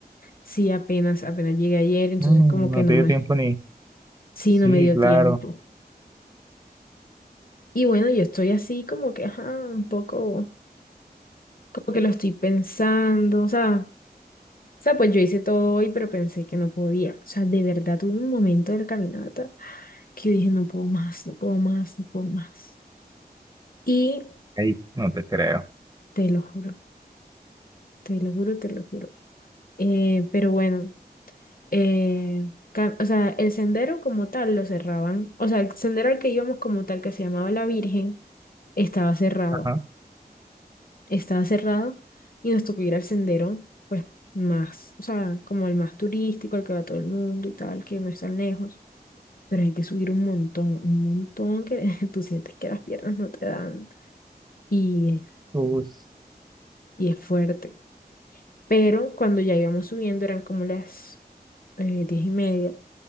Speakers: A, on the left (about 60°); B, on the right (about 25°).
A: Sí, apenas, apenas llegué ayer, entonces
B: Mm,
A: como que
B: no
A: no
B: te
A: me,
B: dio tiempo ni.
A: Sí,
B: Sí,
A: no me dio
B: claro.
A: tiempo. Y bueno, yo estoy así como que, ajá, un poco, como que lo estoy pensando, o sea, o sea, pues yo hice todo hoy, pero pensé que no podía. O sea, de verdad tuve un momento del caminata que yo dije, no puedo más, no puedo más, no puedo más. Y
B: Ahí, no te creo.
A: te lo juro, te lo juro, te lo juro. Eh, pero bueno, eh, ca- o sea, el sendero como tal lo cerraban, o sea, el sendero al que íbamos como tal, que se llamaba La Virgen, estaba cerrado.
B: Ajá.
A: estaba cerrado y nos tocó ir al sendero, pues más, o sea, como el más turístico, al que va todo el mundo y tal, que no es tan lejos, pero hay que subir un montón, un montón que <laughs> tú sientes que las piernas no te dan y,
B: Us-
A: y es fuerte. Pero cuando ya íbamos subiendo eran como las eh, diez y media,